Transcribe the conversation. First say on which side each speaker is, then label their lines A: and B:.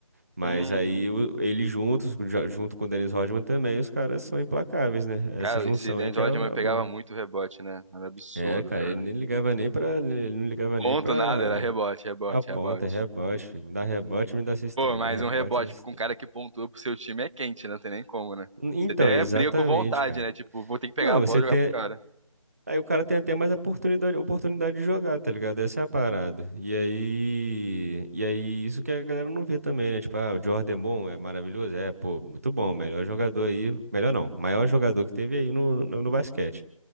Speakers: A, on the right; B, on the right.
A: Mas
B: Uhum.
A: aí o- ele juntos, já- junto com o Dennis Rodman também, os caras são implacáveis, né?
B: Cara,
A: Essa junção
B: esse Dennis
A: aí que
B: Rodman
A: é a
B: pegava
A: a boa.
B: muito rebote, né? Era absurdo,
A: É, cara,
B: cara.
A: ele nem ligava nem pra. Ele não ligava
B: Ponto
A: nem pra.
B: nada, era rebote, rebote,
A: A ponta,
B: rebote.
A: é rebote, filho. Me dá rebote, me dá assistência.
B: Pô, mas
A: Me dá rebote,
B: um rebote
A: me dá assistência.
B: com um cara que pontua pro seu time é quente, né? Não tem nem como, né?
A: N-
B: Você
A: Então,
B: até
A: exatamente,
B: briga com vontade,
A: cara.
B: né? Tipo, vou ter que pegar
A: Mano,
B: a
A: você
B: bola e
A: tem.
B: jogar pro cara.
A: Aí o cara tem até mais oportunidade, oportunidade de jogar, tá ligado? Essa é a parada. E aí, e aí isso que a galera não vê também, né? Tipo, ah, o Jordan é bom, é maravilhoso, é, pô, muito bom, melhor jogador aí, melhor não, maior jogador que teve aí no, no, no basquete.